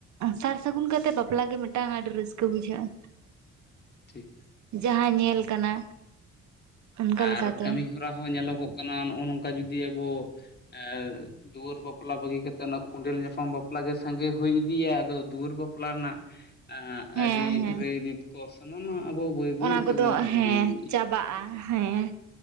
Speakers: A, on the right (about 70°); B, on the left (about 35°).
A: ᱥᱟᱨ ᱥᱟᱹᱜᱩᱱ ᱠᱟᱛᱮ ᱵᱟᱯᱞᱟ ᱜᱮ ᱢᱤᱫᱴᱟᱱ ᱟᱹᱰᱤ ᱨᱟᱹᱥᱠᱟᱹ ᱵᱩᱡᱷᱟᱹᱜᱼᱟ
B: ᱴᱷᱤᱠ
A: ᱡᱟᱦᱟᱸ ᱧᱮᱞ ᱠᱟᱱᱟ ᱚᱱᱠᱟ
B: ᱟᱨ
A: ᱞᱮᱠᱟᱛᱮ
B: ᱠᱟᱹᱢᱤ ᱦᱚᱨᱟ ᱦᱚᱸ ᱧᱮᱞᱚᱜᱚᱜ ᱠᱟᱱᱟ ᱱᱚᱜᱼᱚ ᱱᱚᱝᱠᱟ ᱡᱩᱫᱤ ᱟᱵᱚ <unintelligible> ᱫᱩᱣᱟᱹᱨ ᱵᱟᱯᱞᱟ ᱵᱟᱹᱜᱤ ᱠᱟᱛᱮᱜ ᱚᱱᱟ ᱠᱚᱸᱰᱮᱞ ᱧᱟᱯᱟᱢ ᱵᱟᱯᱞᱟ ᱜᱮ ᱥᱟᱸᱜᱮ ᱦᱩᱭ ᱤᱫᱤᱭᱟ ᱟᱫᱚ ᱫᱩᱣᱟᱹᱨ ᱵᱟᱯᱞᱟ ᱨᱮᱱᱟᱜ
A: ᱦᱮᱸ
B: ᱟ ᱨᱤ
A: ᱦᱮᱸ
B: ᱨᱟᱹᱭ ᱨᱤᱛ ᱠᱚ ᱥᱟᱱᱟᱢᱟᱜ ᱟᱵᱚ ᱵᱟᱹᱭ ᱵᱟᱹᱭ
A: ᱚᱱᱟ
B: ᱛᱮᱵᱚᱱ
A: ᱠᱚᱫᱚ
B: ᱦᱤᱲᱤᱧ
A: ᱦᱮᱸ ᱪᱟᱵᱟᱜᱼᱟ ᱦᱮᱸ